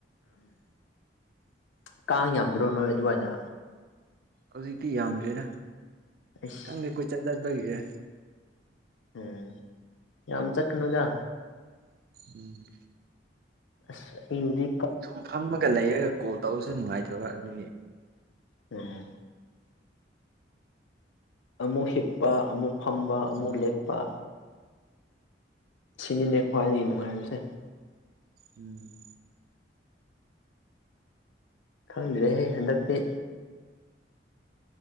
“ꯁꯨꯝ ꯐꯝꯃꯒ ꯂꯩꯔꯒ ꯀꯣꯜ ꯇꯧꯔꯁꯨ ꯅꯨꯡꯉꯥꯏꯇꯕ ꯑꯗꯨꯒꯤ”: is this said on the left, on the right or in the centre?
Right